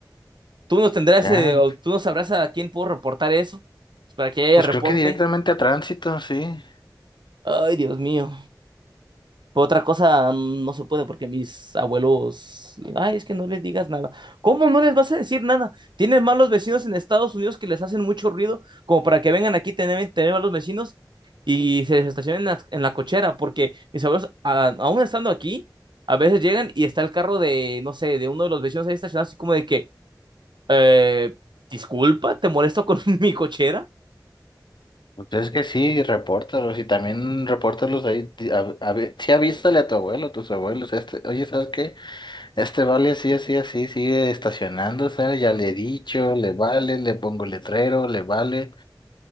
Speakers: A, on the right; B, on the left.
A: Tú no tendrás,
B: Ya,
A: eh, o tú no sabrás a quién puedo reportar eso, pues, para que haya
B: pues
A: reporte.
B: creo que directamente a tránsito, sí.
A: Ay, Dios mío. Pero otra cosa mm, no se puede porque mis abuelos, ay, es que no les digas nada. ¿Cómo no les vas a decir nada? Tienes malos vecinos en Estados Unidos que les hacen mucho ruido, como para que vengan aquí tener, tener malos vecinos y se les estacionen en la, en la cochera, porque mis abuelos, a- aún estando aquí, a veces llegan y está el carro de, no sé, de uno de los vecinos ahí estacionado, así como de que, eh, disculpa, te molesto con <laughs> mi cochera,
B: Pues es que sí, repórtalos y también repórtalos ahí. ti- a- a ve- sí, avísale a tu abuelo, tus abuelos. Este, oye, ¿sabes qué? Este vale así, así, así, sigue estacionándose. Ya le he dicho, le vale, le pongo letrero, le vale,